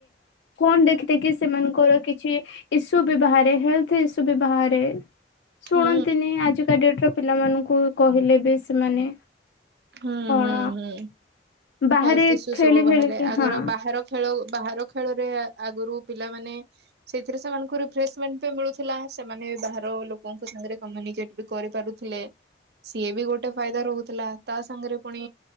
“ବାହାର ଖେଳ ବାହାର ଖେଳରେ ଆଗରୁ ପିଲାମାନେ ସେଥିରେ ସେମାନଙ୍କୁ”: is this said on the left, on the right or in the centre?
Right